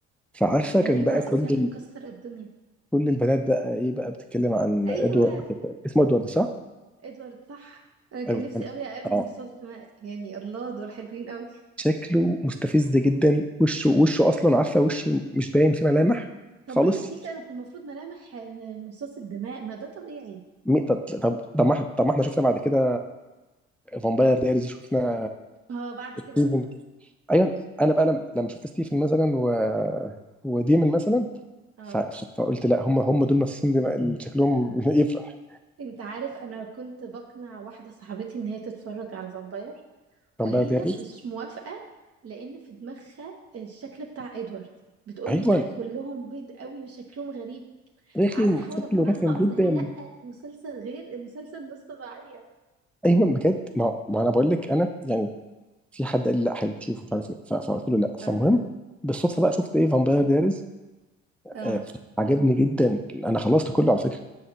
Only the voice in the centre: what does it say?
فعارفه كان
بقى
كل
ال-
كل البنات بقى ايه بقى بتتكلم عن
ادوارد اسمه ادوارد صح؟
ايوه
كان-
اه
شكله مستفز جدا وشه وشه اصلا عارفه وشه مش باين فيه ملامح
خالص
مي- طب طب طب ما طب ما احنا شفنا بعد كده فامباير دايريز شفنا
ستيفن
ايوه انا بقى لما لما شفت ستيفن مثلا و وديمن مثلا
ف- فقلت لا هم هم دول الممثلين اللي اللي شكلهم <laughs> يفرح
فامباير
دايريز
ايوه
رخم
شكله
رخم
جدا
ايوه بجد ما, ما انا بقول لك انا يعني في حد قال لي لا حلو شوفه مش عارف ايه ف- فقلت له لا فالمهم
بالصدفه بقى شفت ايه فامباير دايرز
آه عجبني جدا انا خلصت كله على فكره